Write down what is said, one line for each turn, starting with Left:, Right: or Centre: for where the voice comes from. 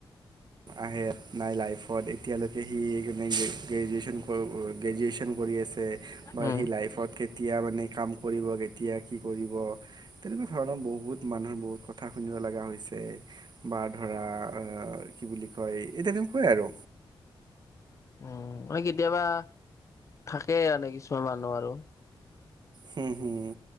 Right: আহে নাই লাইফত এতিয়ালৈকে সি গ্ৰেজুৱেচন গ্ৰেজুৱেচন কৰি আছে।
Left: উম
Right: সি লাইফত কেতিয়া মানে কাম কৰিব কেতিয়া কি কৰিব? তেনেকুৱা ধৰণৰ বহুত মানুহ বহুত কথা শুনিব লগা হৈছে। বা ধৰা কি বুলি কয় এতিয়া তেনেকুৱাই আৰু।
Left: উম মানে কেতিয়াবা থাকেই মানে কিছুমান মানুহ আৰু। হয় <inaudible>
Right: হম-হম